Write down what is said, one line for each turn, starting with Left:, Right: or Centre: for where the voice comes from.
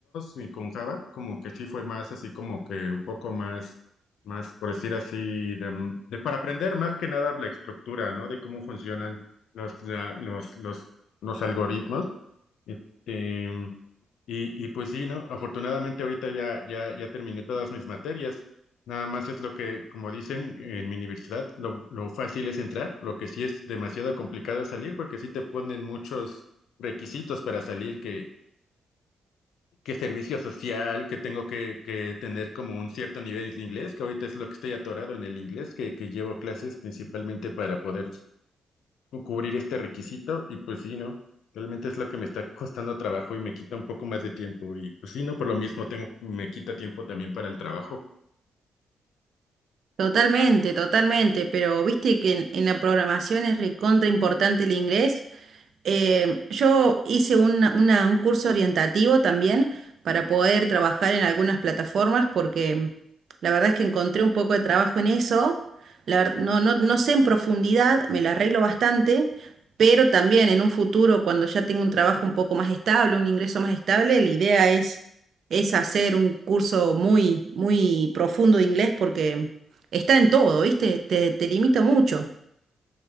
Left: y con Java, como que sí fue más así como que un poco más, más por decir así, de, de para aprender más que nada la estructura, ¿no? De cómo funcionan los, la- los, los, los algoritmos. Este, y, y pues sí, ¿no? Afortunadamente ahorita ya, ya, ya terminé todas mis materias. Nada más es lo que, como dicen en mi universidad, lo, lo fácil es entrar, lo que sí es demasiado complicado es salir, porque sí te ponen muchos requisitos para salir, que, que servicio social, que tengo que, que tener como un cierto nivel de inglés, que ahorita es lo que estoy atorado en el inglés, que, que llevo clases principalmente para poder cubrir este requisito y pues sí, ¿no? Realmente es lo que me está costando trabajo y me quita un poco más de tiempo y pues sí, ¿no? Por lo mismo tengo, me quita tiempo también para el trabajo.
Right: Totalmente, totalmente, pero viste que en, en la programación es recontra importante el inglés Eh, yo hice una- una- un curso orientativo también para poder trabajar en algunas plataformas porque mm, la verdad es que encontré un poco de trabajo en eso. La ver- no, no, no sé en profundidad, me la arreglo bastante, pero también en un futuro, cuando ya tenga un trabajo un poco más estable, un ingreso más estable, la idea es, es hacer un curso muy, muy profundo de inglés porque está en todo, ¿viste? Te, te limita mucho.